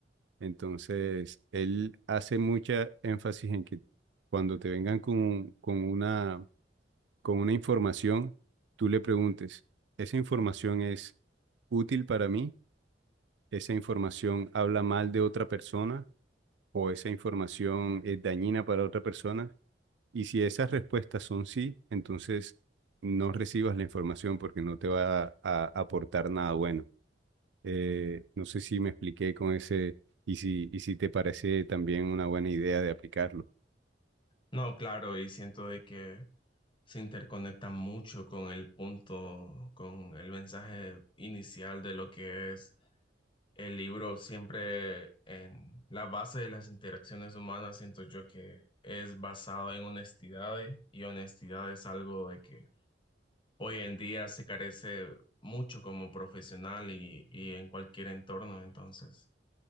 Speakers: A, on the right; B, on the left.
A: Entonces, él hace mucha énfasis en que cuando te vengan con, con una, con una información, tú le preguntes, ¿esa información es útil para mí? ¿Esa información habla mal de otra persona? o esa información es dañina para otra persona. Y si esas respuestas son sí, entonces no recibas la información porque no te va a, a aportar nada bueno. Eh, no sé si me expliqué con ese y si, y si te parece también una buena idea de aplicarlo.
B: No, claro, y siento de que se interconecta mucho con el punto, con el mensaje inicial de lo que es el libro. Siempre en la base de las interacciones humanas, siento yo que es basado en honestidad y honestidad es algo de que hoy en día se carece mucho como profesional y, y en cualquier entorno, entonces.